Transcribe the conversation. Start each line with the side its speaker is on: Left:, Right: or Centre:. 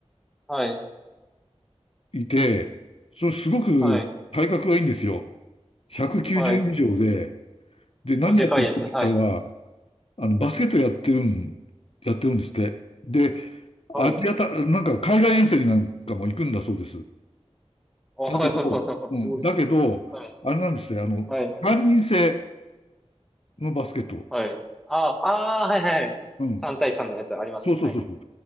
Centre: はい。
Left: いて、それすごく体格がいいんですよ。
Centre: はい。
Left: 190以上で、
Centre: はい。
Left: で、何やってるかって言ったら、
Centre: お、でかいですね、はい。
Left: あの、バスケットやってるん、やってるんですって。で、
Centre: はい。
Left: アジアた、なんか海外遠征になんかも行くんだそうです。だ
Centre: あ、はいはいはいはい。
Left: けど、うん、
Centre: すごいですね。
Left: だけど、
Centre: はい。
Left: あれなんですね、あの、
Centre: はい。
Left: 三人制のバスケット。
Centre: はい。あ、あー、はいはいはい。
Left: うん。
Centre: 3対3のやつありますね、
Left: そうそうそうそう。
Centre: はい。